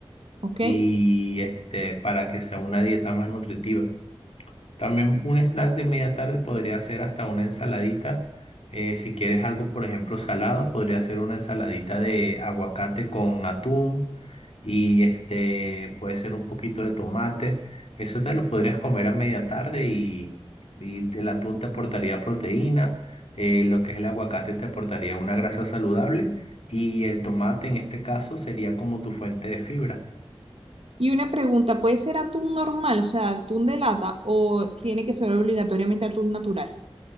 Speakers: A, on the right (about 80°); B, on the left (about 85°).
A: ¿Ok?
B: y este, para que sea una dieta más nutritiva. También un snack de media tarde podría ser hasta una ensaladita. Eh, si quieres algo, por ejemplo, salado, podría ser una ensaladita de aguacate con atún y este puede ser un poquito de tomate. Eso te lo podrías comer a media tarde y, y el atún te aportaría proteína, eh, lo que es el aguacate te aportaría una grasa saludable y el tomate en este caso sería como tu fuente de fibra.
A: Y una pregunta, ¿puede ser atún normal, o sea, atún de lata, o tiene que ser obligatoriamente atún natural?